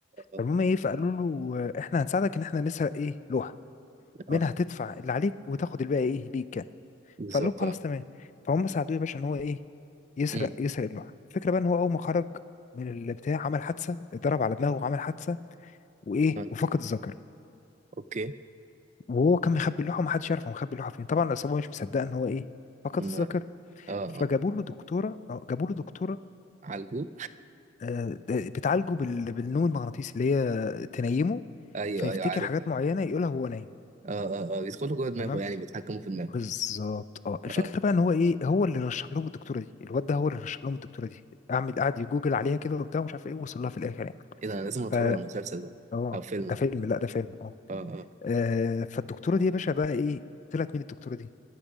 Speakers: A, on the right; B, on the left.
A: اه
B: فالمهم ايه فقالوا له آه، احنا هنساعدك ان احنا نسرق ايه لوحه منها
A: آه،
B: تدفع اللي عليك وتاخد الباقي ايه ليك يعني
A: بالظبط
B: فقال لهم خلاص
A: اه
B: تمام فهم ساعدوه يا باشا ان هو ايه يسرق
A: أمم،
B: يسرق اللوحه الفكره بقى ان هو اول ما خرج من البتاع عمل حادثه اتضرب على دماغه وعمل حادثه وايه
A: آه،
B: وفقد الذاكره
A: اوكي
B: وهو كان مخبي اللوحه ومحدش يعرف هو مخبي اللوحه فين طبعا العصابه مش مصدقه ان هو ايه فقد
A: أمم،
B: الذاكره
A: اه اه
B: فجابوا له دكتوره آه، جابوا له دكتوره
A: عالجو
B: آه، آه، بتعالجه بال- بالنوم المغناطيسي اللي هي تنيمه
A: <laughs> ايوه
B: فيفتكر
A: ايوه عارفها
B: حاجات معينه يقولها هو نايم
A: اه اه اه بيدخلوا جوه دماغه
B: تمام
A: يعني بيتحكموا في دماغه
B: بالظبط اه الفكره
A: اه
B: بقى ان هو ايه هو اللي رشح لهم الدكتوره دي الواد ده هو اللي رشح لهم الدكتوره دي اعمل قعد يجوجل عليها كده وبتاع ومش عارف ايه وصل لها في الاخر يعني
A: ايه ده انا لازم اتفرج
B: ف
A: على المسلسل ده
B: اه
A: او فيلم
B: ده
A: ده
B: فيلم لا ده فيلم اه
A: اه اه
B: آه، فالدكتوره دي يا باشا بقى ايه طلعت مين الدكتوره دي